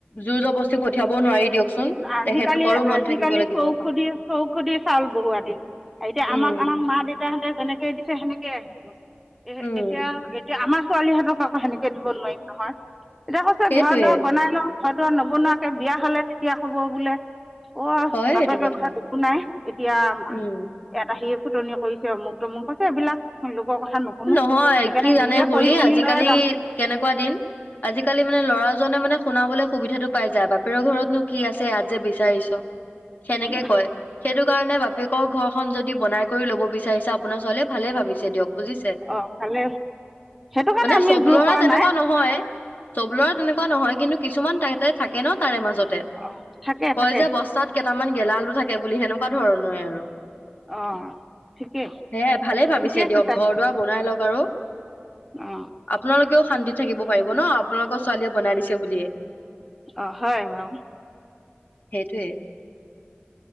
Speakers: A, on the left (about 45°); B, in the centre.
A: যু যৱস্তী পঠিয়াব ও নোৱাৰি দিয়কচোন।
B: আজিকালি
A: তেখেতলোকৰো মন
B: আজিকালি
A: থাকিব লাগিব।
B: চৌ খুধি চৌ খুধি চাউল বহুৱ দিল এতিয়া
A: উম,
B: আমাক আমাক মা দেউতাহঁতে যেনেকে দিছে সেনেকে ে আহিব <unintelligible> এ
A: উম,
B: এতিয়া এতিয়া আমাৰ ছোৱালীহঁতক আকৌ সেনেকে দিব নোৱাৰিম নহয় এতিয়া কৈছে
A: সেইটোয়ে
B: ঘৰত দৰ বনাই লওঁ ঘদা নবনোৱাকে বিয়া হলে য়া হ'ব বোলে অ
A: হয়
B: বাটকে
A: সেইটো কথা।
B: ঘৰত একো নাই এতিয়া
A: উম,
B: এটা সি ফুতনি কৰিছে অমুক তমুক মোক কৈছে এইবিলাক লোকৰ কথা নুশুনো
A: নহয়
B: সেইকাৰণে
A: কি জানে
B: নিজে
A: খুুৰী
B: কৰি মেলি
A: আজিকালি
B: লৈ যাম
A: কেনেকুৱা দিন আজিকালি মানে ল'ৰাজনে মানে শুনাবলৈ সুবিধাটো পাই যায় বাপেৰ ঘৰতনো কি আছে ইয়াত যে বিচাৰিছ সেনেকে
B: উম
A: কয় সেইটো কাৰণে বাপেকৰ ঘৰখন যদি বনাই কৰি ল'ব বিচাৰিছা আপোনাৰ ছোৱালীয়ে ভালে ভাবিছে দিয়ক বুজিছে।
B: অ ভালে সেইটো কাৰণে
A: মানে
B: আমি
A: চব
B: জোৰ
A: ল'ৰা
B: কৰা
A: তেনেকুৱা
B: নাই
A: নহয় চব লৰা তেনেকুৱা নহয় কিন্তু কিছুমান তাতে থাকে ন তাৰে মাজত
B: অ থাকে
A: কয়
B: থাকে
A: যে বস্তাত কেইটামান গেলা আলু থাকে বুলি, সেনেকুৱা ধৰণৰে আৰু।
B: অ ঠিকেই,
A: সেয়াই ভালেই ভাবিছে
B: ঠিকেই
A: দিয়ক
B: কৈছা।
A: ঘৰ
B: তুমি
A: দুৱাৰ বনাই লওক আৰু,
B: অ
A: আপোনালোকেও শান্তি থাকিব পাৰিব ন, আপোনালোকৰ ছোৱালীয়ে বনাই দিছে বুলিয়ে।
B: অ হয় বাৰু।
A: সেইটোৱে।